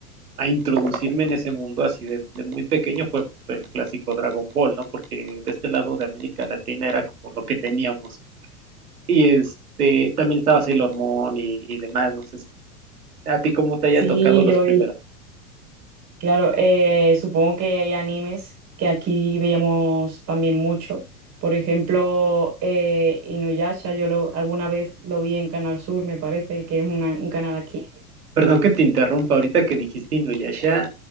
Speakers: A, on the right; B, on the right.
A: a introducirme en ese mundo así de, de muy pequeño fue pues, el clásico Dragon Ball, ¿no? Porque de este lado de América Latina era como lo que teníamos. Y este, también estaba Sailor Moon y, y demás, no sé si a ti cómo te
B: Sí,
A: haya tocado los
B: yo
A: primeros.
B: Claro, eh, supongo que hay animes que aquí veíamos también mucho. Por ejemplo, eh, Inuyasha, yo lo, alguna vez lo vi en Canal Sur, me parece que es una- un canal aquí.
A: Perdón que te interrumpa, ahorita que dijiste Inuyasha,